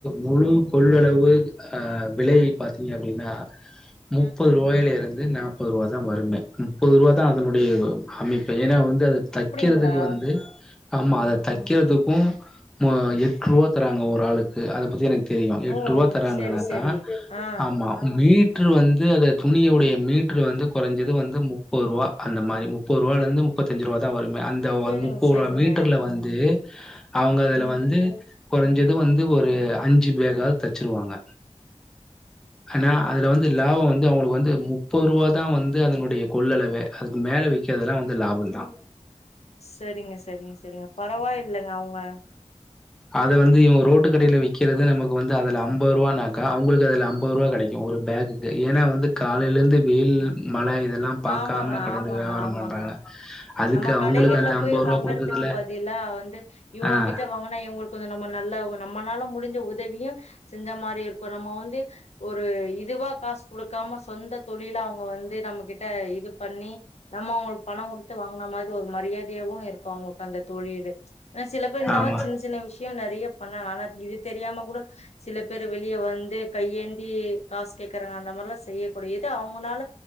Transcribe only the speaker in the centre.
முழு கொள்ளளவு அ விலை பார்த்தீங்க அப்படின்னா முப்பது
ரூவாயில இருந் து நாற்பது ரூவா தா வருமே முப்பது ரூவா தா அதனுடைய அமைப்பு ஏன்னா வந் து அது தைக்கிறதுக்கு
வந் அது ஆமா
அத தைக்கிறது ப்பு எட்டு ரூபா தராங்க ஒரு ஆளுக்கு அத பத்தி எனக்கு தெரியு எட்டு
ரூபா தராங்கன்னாக்கா
ஆமா மீட் மீட்ரு வந்து அத துணியுடைய மீட்ரு வந்து கொறஞ்சது வந்து முப்பது ரூவா அந்த மாரி முப்பது ரூவாலருந்து முப்பத்தஞ்சு ரூவாதா வரு மே அந்த
வந்து ஒர
மீட்டர்ல வந்து ஹே அவுங்க அதுல
வந்து குறைஞ்சது வந்து ஒரு அஞ்சு பேக்காவது தச்சிருவாங்க ஆனா அதுல வந்து லாபோ வந்து அவங்களுக்கு வந்து முப்பது ரூவா தா வந்து அதனுடைய கொள்ளளவே அதுக்கு மேல வெக் கெல்லா வந்து லாபம் தா
அது வந்து இவ ரோட்டு கடைல விக்கிறது நமக்கு வந்து அதுல ஐம்பது ரூவானாக்கா அவங்களுக்கு அதுல ஐம்பது ரூபா கெடைக்கு ஒரு பேகுக்கு ஏன்னா வந்து காலைலருந்து வெயில் மழ இதெல்லா பாக்காம
கடந்து
வியாபாரம்
பண்றாங்க அதுக்கு
அவங்களுக்கு
அந்த
அம்பது ரூவா குடுக்குதுல
ஆ
ஆமா